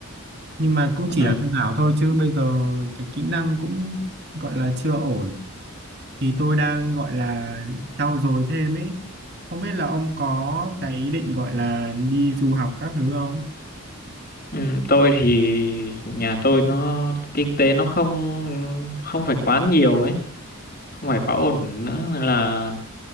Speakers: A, on the right; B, on the left.
A: nhưng mà cũng
B: ừ.
A: chỉ là tham khảo thôi chứ bây giờ cái kỹ năng cũng gọi là chưa ổn thì tôi đang gọi là trau dồi thêm ấy không biết là ông có cái ý định gọi là đi du học các thứ không
B: Ừ, tôi thì nhà tôi nó kinh tế nó không không phải quá nhiều ấy, không phải quá ổn nữa nên là